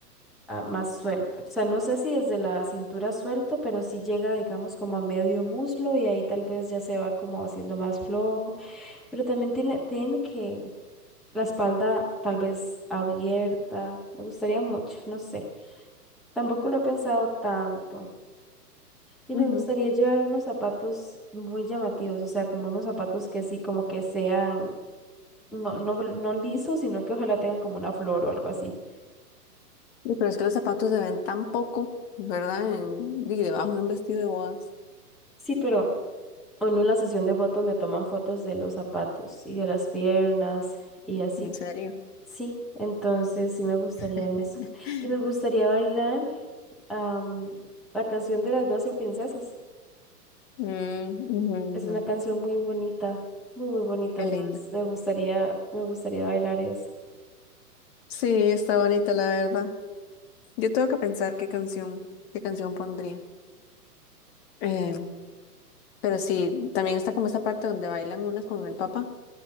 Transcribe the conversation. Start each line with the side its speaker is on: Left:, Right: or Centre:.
Centre: ah, más suelto. O sea, no sé si desde la cintura suelto, pero sí llega, digamos, como a medio muslo y ahí tal vez ya se va como haciendo más flojo. Pero también tiene, tiene que la espalda tal vez abierta. Me gustaría mucho, no sé. Tampoco lo he pensado tanto. Y
Left: ujú.
Centre: me gustaría llevar unos zapatos muy llamativos, o sea, como unos zapatos que sí, como que sean, no, no, no lisos, sino que ojalá tengan como una flor o algo así.
Left: Y Pero es que los zapatos se ven tan poco, ¿verdad? En- di, debajo de un vestido de bodas.
Centre: Sí, pero O en una sesión de fotos le toman fotos de los zapatos y de las piernas y así.
Left: En serio.
Centre: Sí, entonces sí me gustaría
Left: <laughs>
Centre: eso. Y me gustaría bailar am, la canción de las doce princesas.
Left: Mm, ujú,
Centre: Es
Left: ujú.
Centre: una canción muy bonita, muy, muy bonita.
Left: Qué
Centre: Entonces
Left: lindo.
Centre: me gustaría, me gustaría bailar eso.
Left: Sí, está bonita, la verdad. Yo tengo que pensar qué canción, qué canción pondría. Em, pero sí, también está como esa parte donde bailan unas con el papá.